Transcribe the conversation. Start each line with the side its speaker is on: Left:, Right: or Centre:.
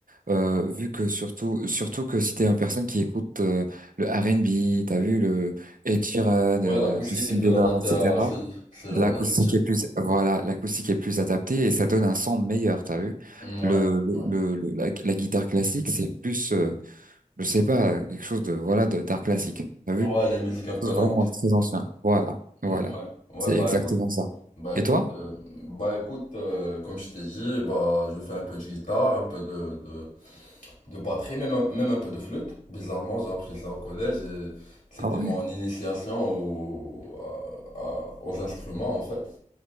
Right: euh, vu que surtout surtout que si t'es une personne qui écoute euh, le R&B, t'as vu le Ed Sheeran,
Left: Ouais,
Right: euh,
Left: l'acoustique
Right: Justin
Left: est plus
Right: Bieber,
Left: adaptée
Right: etc.
Left: à ce, ce genre,
Right: L'acoustique
Left: ce type.
Right: est plus, voilà, l'acoustique est plus adaptée et ça donne un son meilleur, t'as vu?
Left: Ouais,
Right: Le, le,
Left: ouais.
Right: le- le- la, la guitare classique, c'est plus, euh, je sais pas, quelque chose de, voilà, de- d'art classique, t'as vu?
Left: Ouais,
Right: Quelque
Left: les musiques un peu
Right: chose
Left: lentes.
Right: Vraiment très ancien. Voilà, voilà.
Left: Ouais, ouais,
Right: C'est
Left: bah
Right: exactement
Left: écoute,
Right: ça.
Left: bah écoute,
Right: Et toi?
Left: euh, bah écoute, euh, comme je t'ai dit, bah je fais un peu de guitare, un peu de, de, de batterie, même, un- même un peu de flûte. Bizarrement, j'ai appris ça au collège et c'était
Right: Ah ouais?
Left: mon initiation au- à- à- aux instruments en fait.